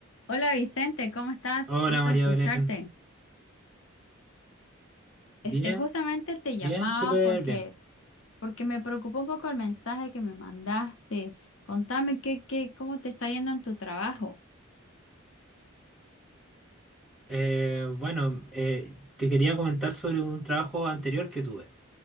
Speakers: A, on the left; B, in the centre.
A: Hola Vicente, ¿cómo estás?
B: Hola
A: Gusto
B: María
A: de escucharte.
B: Belén. Bien,
A: Este, justamente te llamaba
B: bien, súper
A: porque,
B: bien.
A: porque me preocupó un poco el mensaje que me mandaste. Contame qué, qué, cómo te está yendo en tu trabajo.
B: Eh, bueno, eh, te quería comentar sobre un trabajo anterior que tuve,